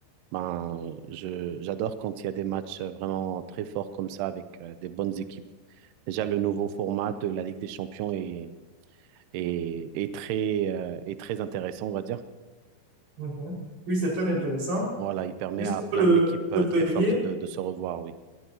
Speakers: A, on the right; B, on the right.
A: ben, je, j'adore quand il y a des matchs euh, vraiment très forts comme ça avec euh, des bonnes équipes. Déjà, le nouveau format de la Ligue des Champions est, est, est très, euh, est très intéressant, on va dire.
B: Mhm. Oui, c'est très intéressant.
A: Il- voilà, il permet
B: Juste
A: à plein
B: pour le,
A: d'équipes
B: le
A: euh,
B: premier,
A: très fortes de, de se revoir, oui.